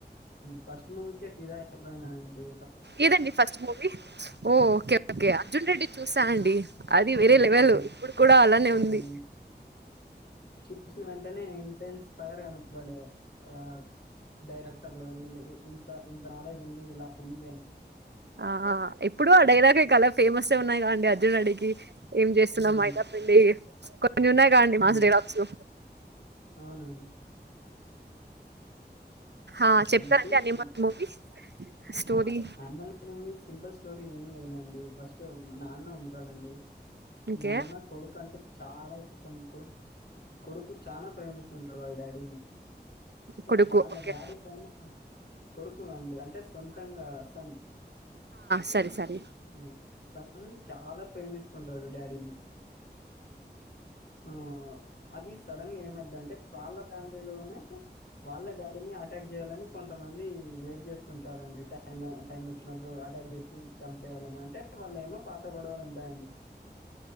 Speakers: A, on the left; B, on the right.
A: ఫస్ట్మూవికే ఫీదా అయిపోయి అండి
B: ఏదండి ఫస్ట్ మూవీ ఓ ఓకే ఓకే అర్జున్ రెడ్డి చూసా అండి అది వేరే లెవెల్
A: ఆ
B: ఇప్పుడు కూడా అలానే ఉంది
A: అది చూసిన వెంటనే ఎంట్రెన్స్ ఫైర్ అ ఇబడే ఆ డైరెక్టర్లు ఇంత ఇంత నాలెడ్జ్ ఉంది ఇలా వన్ చేయను
B: ఆ ఎప్పుడుూ ఆ డైలాగ్ కలా ఫేమస్ఏ ఉన్నాయి కదండి అర్జున్ అడికి ఏం చేస్తున్నా
A: హ్మ్.
B: మయిద పిల్లి కొన్నా కాడి
A: హ్మ్.
B: మాజడి రాచ్చు
A: అవునండి.
B: ఆ చెప్తా
A: సీన్స్
B: అంటడి అన్ని movies story
A: animal movie simple story ఏం లేదండి ఫస్ట్ నాన్న ఉంటాదండి
B: ఓకే
A: నాన్న కొడుకు అంటే చాలా ఇష్టం కొడుకు కొడుకు చాలా ప్రేమిస్తుంటారు వాళ్ళ డాడీని కానీ
B: కొడుకు
A: వాళ్ళ
B: ఓకే
A: డాడీ పైన కొడుకుండి అంటే సొంతంగా సన్
B: సరే సరే
A: ఆ సన్ చాలా ప్రేమిస్తుంటాడు డాడీని ఆ అది సడన్ ఏమైద్దంటే వాళ్ళ ఫ్యామిలీ లోనే వాళ్ళ డాడీని అటాక్ చెయ్యాలని కొంతమంది వెయిట్ చేస్తున్ టాదండి టైం టైం వచ్చినప్పుడు అటాక్ చేసి చంపేయాలని అంటే వాళ్ళ ఏమో పాత గొడవలు ఉంటాయండి